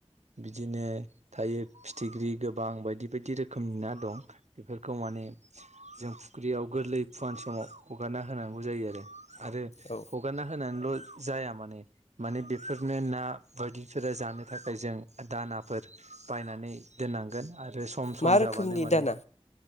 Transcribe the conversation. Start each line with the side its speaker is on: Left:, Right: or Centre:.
Right: बिदिनो थायो फिथिख्रि गोबां बायदि बायदि रोखोमनि ना दं बेफोरखौ माने जों फुख्रियाव गोरलै फुवान समाव हगारना होनांगौ जायो आरो आरो
Left: औ
Right: हगारना होनानैल' जाया माने माने बेफोरनो ना बायदिफोरा जानो थाखाय जों दानाफोर बायनानै दोननांगोन आ रो सम सम
Left: मा रोखोमनि
Right: जाबानो माने
Left: दाना